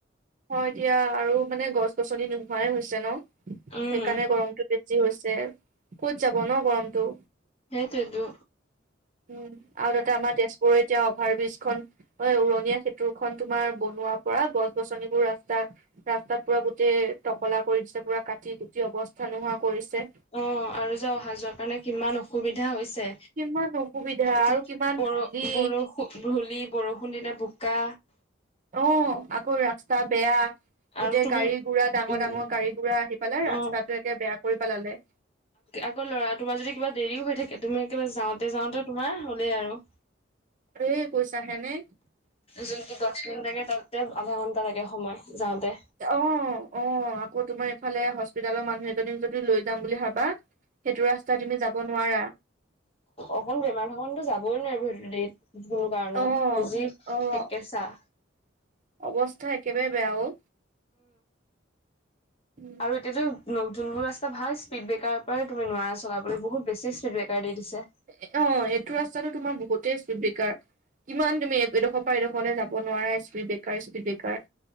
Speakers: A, on the right; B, on the left.
A: হয় এতিয়া আৰু মানে গছ গছনি নোহোৱাই হৈছে ন সেইকাৰণে
B: উম
A: গৰমটো বেছি। যি হৈছে ক'ত যাব ন গৰমটো।
B: সেইটোয়েতো।
A: উম আৰু তাতে আমাৰ তেজপুৰৰ এতিয়া অভাৰ ব্ৰীজ খন অ উৰণীয়া সেতুৰ খন তোমাৰ বনোৱাৰ পৰা গছ -গছনিবোৰ ৰাস্তা ৰাস্তাত পুৰা গোটেই টকলা কৰি দিছে পুৰা কাটি কুটি অৱস্থা নোহোৱা কৰিছে।
B: অ আৰু যাওঁ অহা যোৱা কাৰণে কিমান অসুবিধা হৈছে।
A: কিমান অসুবিধা
B: এতিয়া
A: আৰু কিমান
B: বৰ
A: ধূলি
B: বৰষুণ ধূলি বৰষুণ দিলে বোকা।
A: অ আকৌ ৰাস্তা বেয়া।
B: আৰু
A: গোটেই
B: তুমি
A: গাড়ী গুড়া ডাঙৰ
B: উম
A: ডাঙৰ গাড়ী গুৰা আহি পেলাই ৰাস্তাটো
B: অ
A: একে বেয়া কৰি পেলালে।
B: আকৌ ল'ৰা তোমাৰ যদি কিবা দেৰিও হৈ থাকে তুমি একেবাৰে যাওঁতে যাওঁতে তোমাৰ হ'লেই আৰু।
A: ধেই কৈছাহে নে।
B: যোনটো দহ মিনিট লাগে তাতে আধা ঘন্টা লাগে সময় যাওঁতে।
A: অ অ আকৌ তোমাৰ ইফালে হস্পিতেলৰ মানুহ এজনীক যদি লৈ যাম বুলি ভাবা। সেইটো ৰাস্তাই তুমি যাব নোৱাৰা।
B: অকমান বেমাৰ থকতো যাবই নোৱাৰিব সেইটো দেইত। ভুল কাৰণত
A: অ',
B: বুজি
A: অ',
B: ঠেকেছা।
A: অৱস্থা একেবাৰে বেয়া অ, উম
B: ত এতিয়াতো নখ যোনবোৰ ৰাস্তা ভাল স্পীড ব্ৰেকাৰ পৰাই তুমি নোৱাৰা চলাবলে বহুত বেছি স্পীড ব্ৰেকাৰ দি দিছে
A: এ অ এইটো ৰাস্তাটো তোমাৰ বহুতেই স্পীড ব্ৰেকাৰ কিমান তুমি এডোখৰ পৰা এডোখৰলে যাব নোৱাৰা স্পীড ব্ৰেকাৰ স্পীড ব্ৰেকাৰ